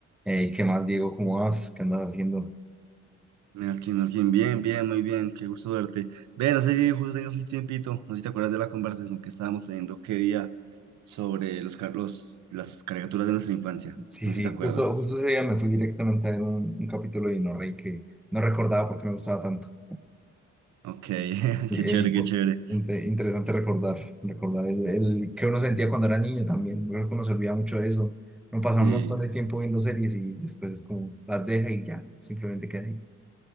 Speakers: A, in the centre; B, on the right (about 70°).
A: Ey, ¿qué más, Diego? ¿Cómo vas? ¿Qué andas haciendo?
B: Melkin, Melkin, bien, bien, muy bien, qué gusto verte. Ve, no sé si justo tengas un tiempito, no sé si te acuerdas de la conversación que estábamos teniendo qué día sobre los, car- los- las caricaturas de nuestra infancia.
A: Sí,
B: No
A: sí,
B: sé si te acuerdas.
A: justo, justo ese día me fui directamente a ver un, un capítulo de Inorrey que no recordaba porque no me gustaba tanto.
B: Ok, <laughs>
A: Y,
B: qué
A: ey,
B: chévere, qué
A: por-
B: chévere.
A: inte- interesante recordar, recordar el, el que uno sentía cuando era niño también. Creo que uno se olvida mucho de eso. Uno pasa
B: Sí,
A: un montón de tiempo viendo series y después es como las deja y ya, simplemente queda ahí.